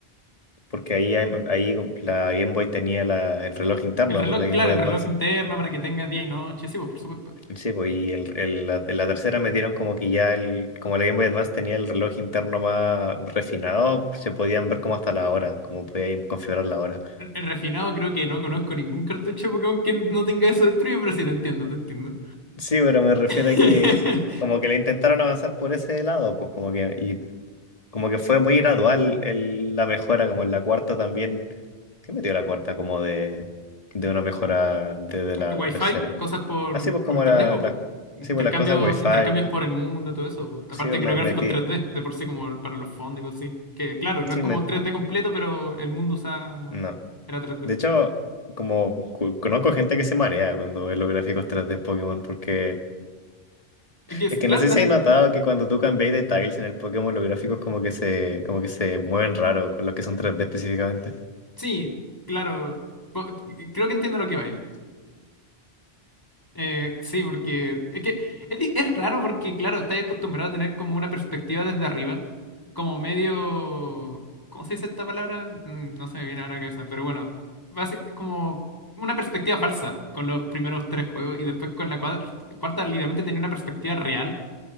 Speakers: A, on the left (about 35°); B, on the left (about 20°).
A: porque ahí, hay- ahí la Game Boy tenía la, el reloj interno
B: El reloj,
A: por la Game
B: claro,
A: Boy
B: el
A: Advance.
B: reloj interno para que tenga día y noche, sí, pues por supuesto.
A: Sí, pues y el, el- la, la tercera metieron como que ya el, como la Game Boy Advance tenía el reloj interno más refinado, se podían ver como hasta la hora, como podían configurar la hora.
B: El refinado creo que no conozco ningún cartucho de Pokémon que no tenga eso destruido, pero sí te entiendo, te entiendo.
A: Sí, pero me refiero
B: <laughs>
A: a que como que le intentaron avanzar por ese lado, pues como que y Como que fue muy gradual el- la mejora, como en la cuarta también. ¿Qué metió la cuarta? Como de, de una mejora desde la
B: Wi-Fi,
A: tercera.
B: cosas por,
A: Así pues como
B: por internet,
A: era
B: po.
A: las,
B: Intercambio,
A: así pues las cosas Wi-Fi.
B: intercambios por el mundo, todo eso. po.
A: Sí,
B: Aparte
A: me
B: que los gráficos
A: metí.
B: tres d de por sí, como para los fondos y cosas así. Que claro, no
A: Sí,
B: es como
A: me,
B: tres d completo, pero el mundo usaba...
A: no.
B: era tres d
A: De hecho, como cu- conozco gente que se marea cuando ve los gráficos 3D en Pokémon, porque
B: Es
A: es
B: que,
A: que
B: claro,
A: no sé
B: están
A: si
B: en-
A: hay notado que cuando tú cambiáis de tiles en el Pokémon, los gráficos como que se, como que se mueven raro con los que son 3D específicamente.
B: Sí, claro. po- Creo que entiendo lo que va. ahí Eh, sí, porque es que es, di- es raro porque, claro, estás acostumbrado a tener como una perspectiva desde arriba, como medio... ¿Cómo se dice esta palabra? Mm, No se me viene ahora a la cabeza, pero bueno, basi- como una perspectiva falsa con los primeros tres juegos y después con la cuadra- cuarta literalmente tenía una perspectiva real